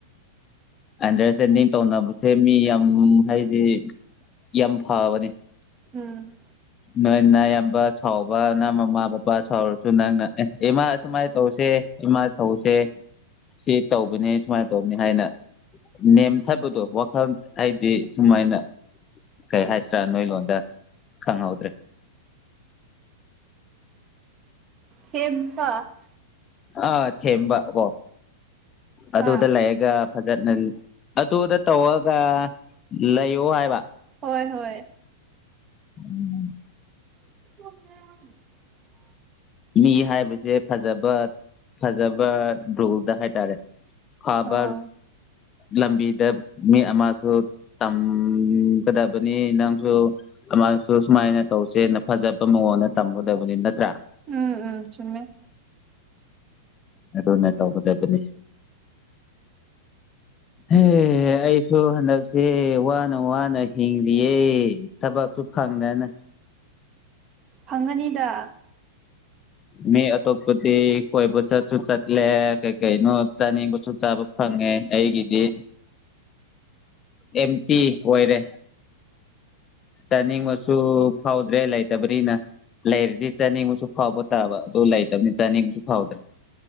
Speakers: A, on the left; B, on the right.
A: ꯑꯟꯗ꯭ꯔꯁꯇꯦꯟꯗꯤꯡ ꯇꯧꯅꯕꯁꯦ ꯃꯤ ꯌꯥꯝ ꯍꯥꯏꯗꯤ ꯌꯥꯝ ꯐꯕꯅꯤ
B: ꯎꯝ
A: ꯅꯣꯏꯅꯌꯥꯝꯕ ꯁꯥꯎꯕ ꯅꯪ ꯃꯃꯥ ꯕꯕꯥ ꯁꯥꯎꯔꯁꯨ ꯅꯪꯅ ꯑꯦ ꯏꯃꯥ ꯑꯁꯨꯃꯥꯏ ꯇꯧꯁꯦ ꯏꯃꯥ ꯊꯧꯁꯦ ꯁꯤ ꯇꯧꯕꯅꯦ ꯁꯨꯃꯥꯏ ꯇꯧꯕꯅꯦ ꯍꯥꯏꯅ ꯅꯦꯝꯊꯕꯗꯣ ꯋꯥꯈꯜ ꯍꯥꯏꯗꯤ ꯁꯨꯃꯥꯏꯅ ꯀꯩ ꯍꯥꯏꯁꯤ꯭ꯔꯥ ꯅꯣꯏ ꯂꯣꯟꯗ ꯈꯪꯍꯧꯗ꯭ꯔꯦ
B: ꯊꯦꯝꯕ
A: ꯑꯥ ꯊꯦꯝꯕ ꯀꯣ ꯑꯗꯨꯗ
B: ꯍꯥ
A: ꯂꯩꯌꯥꯒ ꯐꯖꯅ ꯑꯗꯨꯗ ꯇꯧꯔꯒ ꯂꯩꯌꯣ ꯍꯥꯏꯕ
B: ꯍꯣꯏ ꯍꯣꯏ
A: ꯎꯝ
B: <unintelligible>
A: ꯃꯤ ꯍꯥꯏꯕꯁꯦ ꯐꯖꯕ ꯐꯖꯕ ꯔꯨꯜꯗ ꯍꯥꯏꯇꯥꯔꯦ <unintelligible>
B: ꯑꯣ
A: ꯂꯝꯕꯤꯗ ꯃꯤ ꯑꯃꯁꯨ ꯇꯝꯒꯗꯕꯅꯤ ꯅꯪꯁꯨ ꯃꯥꯅꯁꯨ ꯁꯨꯃꯥꯏꯅ ꯇꯧꯁꯦꯅ ꯐꯖꯕ ꯃꯉꯣꯟꯗ ꯇꯝꯒꯗꯕꯅꯤ ꯅꯠꯇ꯭ꯔꯥ
B: ꯎꯝ ꯎꯝ ꯆꯨꯝꯃꯦ
A: ꯑꯗꯨꯅ ꯇꯧꯒꯗꯕꯅꯤ ꯍꯦ ꯑꯩꯁꯨ ꯍꯟꯗꯛꯁꯦ ꯋꯥꯅ ꯋꯥꯅ ꯍꯤ ꯍꯤꯡꯂꯤꯌꯦ ꯊꯕꯛꯁꯨ ꯐꯪꯗꯅ
B: ꯐꯪꯉꯅꯤꯗ
A: ꯃꯤ ꯑꯇꯣꯞꯄ ꯇꯦ ꯀꯣꯏꯕ ꯆꯠꯁꯨ ꯆꯠꯂꯦ ꯀꯩ ꯀꯩꯅꯣ ꯆꯥꯅꯤꯡꯕꯁꯨ ꯆꯥꯕ ꯐꯪꯉꯦ ꯑꯩꯒꯤꯗꯤ ꯑꯦꯝꯇꯤ ꯑꯣꯏꯔꯦ ꯆꯅꯤꯡ ꯕꯁꯨ ꯐꯥꯎꯗ꯭ꯔꯦ ꯂꯩꯇꯕꯅꯤꯅ ꯂꯩꯔꯗꯤ ꯆꯥꯅꯤꯡꯕꯁꯨ ꯐꯥꯎꯕ ꯇꯥꯕ ꯑꯗꯨ ꯂꯩꯇꯕꯅꯤ ꯆꯥꯅꯤꯡꯕꯁꯨ ꯐꯥꯎꯗ꯭ꯔꯦ